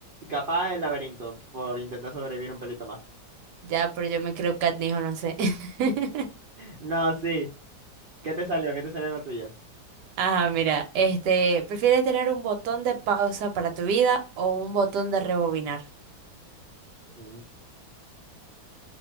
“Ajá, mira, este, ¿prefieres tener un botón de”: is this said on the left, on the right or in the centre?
Right